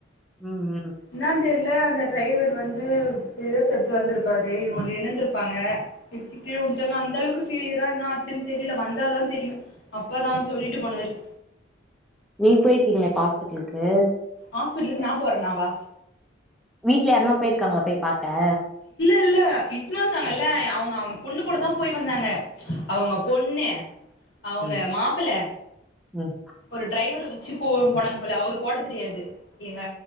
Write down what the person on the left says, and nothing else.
என்னானு தெர்ல அந்த டிரைவர் வந்து பேஸ் எடுத்து வந்துருப்பாரு ஒன்னு இனந்துருப்பாங்க இட்ச்சி கீழ விழுந்துட்டாங்க அந்த அளவுக்கு சிவியரா என்னா ஆச்சுன்னு தெரில வந்தாதா தெரியும் அப்பதா வந் சொல்லிட்டு போனாரு
ஹாஸ்பிட்டலுக்கு நா போறனாவா
இல்ல இட்ன்னு வந்தாங்க இல்ல அவுங்க அவங் பொண்ணு கூட தா போய் வந்தாங்க அவுங்க பொண்ணு அவுங்க
மாப்பிள்ள
ஒரு டிரைவரு வி சிப்பூவும் போனாங்க போல அவருக்கு ஓட்ட தெரியாது எங்க